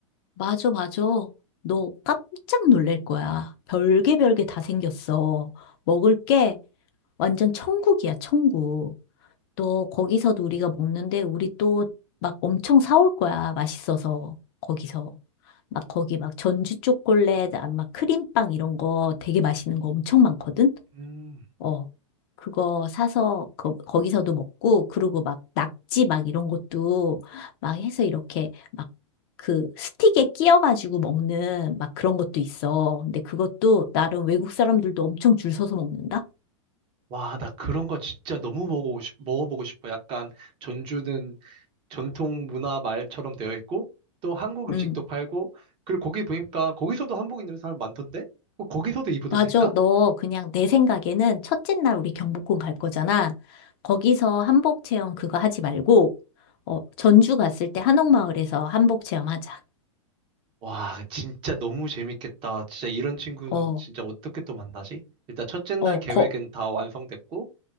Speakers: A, on the left (about 45°); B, on the right (about 30°).
A: 맞아, 맞아. 너 깜짝 놀랄 거야. 별게 별게 다 생겼어. 먹을 게 완전 천국이야, 천국. 너 거기서도 우리가 먹는데 우리 또 막 엄청 사올 거야. 맛있어서. 거기서. 막 거기 막 전주 초콜릿, 아, 막 크림빵 이런 거 되게 맛있는 거 엄청 많거든?
B: 음.
A: 어, 그거 사서 거, 거기서도 먹고, 그리고 막 낙지 막 이런 것도 막 해서 이렇게 막 그 스틱에 끼어가지고 먹는 막 그런 것도 있어. 근데 그것도 나름 외국 사람들도 엄청 줄 서서 먹는다?
B: 와, 나 그런 거 진짜 너무 먹어보고 싶, 먹어보고 싶어. 약간 전주는 전통 문화 말처럼 되어 있고 또 한국 음식도
A: 응.
B: 팔고 그리고 거기 보니까 거기서도 한복 입는 사람 많던데? 어, 거기서도 입어도
A: 맞아.
B: 될까?
A: 너 그냥 내 생각에는 첫째 날 우리 경복궁 갈 거잖아. 거기서 한복 체험 그거 하지 말고, 어, 전주 갔을 때 한옥마을에서 한복 체험 하자.
B: 와, 진짜 너무 재밌겠다. 진짜 이런 친구는
A: 어,
B: 진짜 어떻게 또 만나지? 일단 첫째 날
A: 어,
B: 계획은
A: 거,
B: 다 완성됐고